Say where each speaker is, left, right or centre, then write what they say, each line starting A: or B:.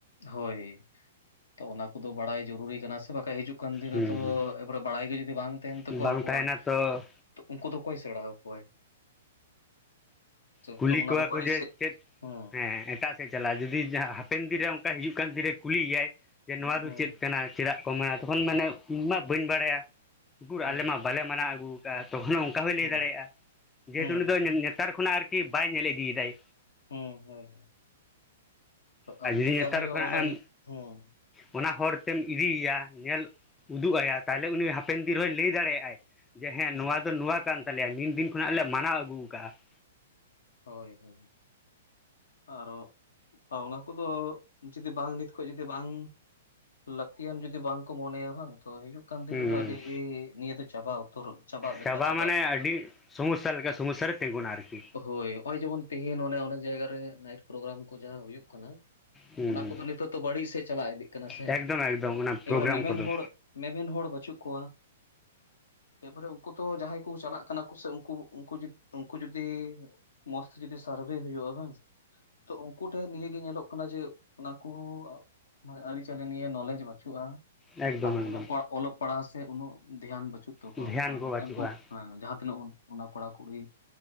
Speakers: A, on the left; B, on the left.
A: ᱦᱳᱭ, ᱛᱚ ᱚᱱᱟ ᱠᱚᱫᱚ ᱵᱟᱲᱟᱭ ᱡᱚᱨᱩᱨᱤ ᱠᱟᱱᱟ ᱥᱮ ᱵᱟᱠᱷᱟᱡ <unintelligible> ᱫᱤᱱ ᱨᱮ
B: ᱦᱩᱸ
A: ᱛᱚ ᱮ ᱵᱟᱨᱮ ᱵᱟᱲᱟᱭ ᱜᱮ ᱡᱩᱫᱤ ᱵᱟᱝ ᱛᱟᱦᱮᱱ ᱛᱟᱠᱚᱣᱟ
B: ᱵᱟᱝ
A: ᱩᱱᱠᱩᱣᱟᱜ,
B: ᱛᱟᱦᱮᱱᱟ ᱛᱚ
A: ᱛᱚ ᱩᱱᱠᱩ ᱫᱚ ᱚᱠᱚᱭ ᱥᱮᱬᱟᱣ ᱠᱚᱣᱟᱭ
B: ᱠᱩᱞᱤ
A: ᱛᱚ ᱚᱱᱟ
B: ᱠᱚᱣᱟ
A: ᱫᱚ ᱵᱟᱹᱲᱤᱡ
B: ᱠᱚ ᱡᱮ
A: ᱥᱮᱫ
B: ᱪᱮᱫ
A: ᱦᱩᱸ
B: ᱯᱮᱸ ᱮᱴᱟᱜᱼᱼ <unintelligible> ᱪᱟᱞᱟᱜᱼᱟ ᱡᱩᱫᱤ ᱦᱟᱯᱮᱱ ᱫᱤᱱᱨᱮ ᱚᱱᱠᱟ ᱦᱤᱡᱩᱜ ᱠᱟᱱ ᱫᱤᱱᱨᱮ ᱠᱩᱞᱤᱭᱮᱭᱟᱭ ᱡᱮ ᱱᱚᱣᱟ ᱫᱚ
A: ᱦᱩᱸ
B: ᱪᱮᱫ ᱠᱟᱱᱟ ᱪᱮᱫᱟᱜ? ᱢᱟ ᱛᱚᱠᱷᱚᱱ ᱢᱟᱱᱮ ᱤᱧ ᱢᱟ ᱵᱟᱹᱧ ᱵᱟᱲᱟᱭᱟ ᱩᱠᱩᱨ ᱟᱞᱮ
A: ᱦᱩᱸ
B: ᱢᱟ ᱵᱟᱞᱮ ᱢᱟᱱᱟᱣ ᱟᱹᱜᱩᱣ ᱠᱟᱜᱼᱟ ᱛᱚᱠᱷᱚᱱᱳᱣ ᱚᱠᱚᱭ ᱞᱟᱹᱭ
A: ᱦᱩᱸ
B: ᱫᱟᱲᱮᱭᱟᱜᱼᱟ, ᱡᱮᱦᱮᱛᱩ
A: ᱦᱩᱸ
B: ᱩᱱᱤ ᱫᱚ ᱱᱮ ᱱᱮᱛᱟᱨ ᱠᱷᱚᱱᱟᱜ ᱟᱨᱠᱤ ᱵᱟᱭ ᱧᱮᱞ ᱤᱫᱤᱭᱮᱫᱟᱭ᱾
A: ᱦᱩᱸ ᱦᱩᱸ ᱦᱩᱸ
B: ᱟᱨ
A: ᱟᱫᱚ
B: ᱡᱩᱫᱤ
A: ᱪᱮᱠᱟ
B: ᱱᱮᱛᱟᱨ
A: ᱦᱩᱭᱩᱜᱼᱟ
B: ᱠᱷᱚᱱᱟᱜ
A: ᱚᱱᱟ
B: ᱮᱢ
A: ᱦᱩᱸ
B: ᱚᱱᱟ ᱦᱚᱨ ᱛᱮᱢ ᱤᱫᱤᱭᱮᱭᱟ ᱧᱮᱞ? ᱩᱫᱩᱜ ᱟᱭᱟ ᱛᱟᱦᱞᱮ ᱩᱱᱤ ᱦᱟᱯᱮᱱ ᱫᱤᱱ ᱨᱮᱦᱚᱸᱭ ᱞᱟᱹᱭ ᱫᱟᱲᱮᱭᱟᱜᱼᱟᱭ ᱾ ᱡᱮ ᱦᱮᱸ
A: ᱦᱩᱸ
B: ᱱᱚᱣᱟ ᱫᱚ ᱱᱚᱣᱟ ᱠᱟᱱ ᱛᱟᱞᱮᱭᱟ ᱱᱤᱱ ᱫᱤᱱ ᱠᱷᱚᱱᱟᱜ ᱞᱮ ᱢᱟᱱᱟᱣ ᱟᱜᱩ ᱟᱠᱟᱜ-ᱟ ᱾
A: ᱦᱚᱭ ᱦᱚᱭ ᱟᱨᱚ ᱚᱱᱟ ᱠᱚᱫᱚ ᱡᱩᱫᱤ ᱵᱟᱝ ᱱᱤᱛ ᱠᱷᱚᱡ ᱡᱩᱫᱤ ᱵᱟᱝ ᱞᱟᱹᱠᱛᱤᱭᱟᱱ ᱡᱩᱫᱤ ᱵᱟᱝ ᱠᱚ ᱢᱚᱱᱮᱭᱟ ᱵᱟᱝ ᱛᱚ ᱦᱤᱡᱩᱜ ᱠᱟᱱ ᱫᱤᱱ
B: ᱦᱩᱸ
A: ᱨᱮᱫᱚ ᱟᱹᱰᱤ ᱜᱤ ᱱᱤᱭᱟᱹ ᱫᱚ ᱪᱟᱵᱟ ᱩᱛᱟᱹᱨ ᱪᱟᱵᱟᱜ ᱞᱮᱠᱟ
B: ᱪᱟᱵᱟ
A: ᱪᱟᱵᱟᱜᱼᱟ
B: ᱢᱟᱱᱮ ᱟᱹᱰᱤ ᱥᱚᱢᱚᱥᱥᱟ ᱞᱮᱠᱟ ᱥᱚᱢᱚᱥᱥᱟ ᱨᱮ ᱛᱮᱸᱜᱩᱱᱟ ᱟᱨᱠᱤ
A: ᱦᱳᱭ ᱱᱚᱜᱼᱚᱭ ᱡᱮᱢᱚᱱ ᱛᱮᱦᱤᱧ ᱚᱱᱮᱠ ᱚᱱᱮᱠ ᱡᱟᱭᱜᱟᱮ ᱱᱟᱭᱤᱴ ᱯᱨᱳᱜᱨᱟᱢ ᱠᱚ ᱡᱟᱦᱟᱸ ᱦᱩᱭᱩᱜ ᱠᱟᱱᱟ
B: ᱦᱩᱸ
A: ᱚᱱᱟ ᱠᱚᱫᱚ ᱱᱤᱛᱚᱜ ᱫᱚ ᱵᱟᱹᱲᱤᱡ ᱥᱮᱫ ᱪᱟᱞᱟᱣ ᱤᱫᱤᱜ ᱠᱟᱱᱟ ᱥᱮ
B: ᱮᱠᱫᱚᱢ ᱮᱠᱫᱚᱢ ᱚᱱᱟ ᱯᱨᱳᱜᱨᱟᱢ
A: ᱮ ᱵᱟᱨᱮ ᱢᱮᱢᱮᱱ
B: ᱠᱚᱫᱚ
A: ᱦᱚᱲᱼᱼ ᱢᱮᱢᱮᱱ ᱦᱚᱲ ᱵᱟᱹᱪᱩᱜ ᱠᱚᱣᱟ ᱮ ᱯᱚᱨᱮᱼᱼ <unintelligible> ᱛᱚ ᱡᱟᱦᱟᱸᱭ ᱠᱚ ᱥᱟᱞᱟᱜ ᱠᱟᱱᱟ ᱠᱚ ᱥᱮ ᱩᱱᱠᱩ ᱩᱱᱠᱩ ᱩᱱᱠᱩ ᱡᱩᱫᱤ? ᱢᱳᱡᱽᱛᱮ ᱡᱩᱫᱤ ᱥᱟᱨᱵᱷᱮ ᱦᱩᱭᱩᱜᱼᱟ ᱵᱟᱝ ᱛᱚ ᱩᱱᱠᱩ ᱴᱷᱮᱱ ᱱᱤᱭᱟᱹ ᱜᱮ ᱧᱮᱞᱚᱜ ᱠᱟᱱᱟ ᱡᱮ ᱚᱱᱟᱠᱳᱼᱼ ᱢᱟ ᱟᱹᱨᱤ ᱪᱟᱹᱞᱤ ᱱᱤᱭᱮ ᱱᱚᱞᱮᱡᱽ ᱵᱟᱹᱪᱩᱜᱼᱟ
B: ᱮᱠᱫᱚᱢ
A: <unintelligible>
B: ᱮᱠᱫᱚᱢ
A: ᱚᱞᱚᱜ ᱯᱟᱲᱟᱣ <unintelligible> ᱚᱞᱚᱜ ᱯᱟᱲᱦᱟᱣ ᱥᱮ ᱩᱱᱟᱹᱜ ᱫᱷᱮᱭᱟᱱ ᱵᱟᱹᱪᱩᱜ᱾ <unintelligible> ᱛᱚ
B: ᱫᱷᱮᱭᱟᱱ
A: ᱚᱝᱠᱟ
B: ᱠᱚ
A: ᱚᱱᱠᱟᱱ
B: ᱵᱟᱹᱪᱩᱜᱼᱟ
A: ᱠᱩ ᱦᱮᱸ ᱡᱟᱦᱟᱸ ᱛᱤᱱᱟᱹᱜ ᱵᱚᱱ ᱚᱱᱟ ᱠᱚᱲᱟᱼᱠᱩᱲᱤ,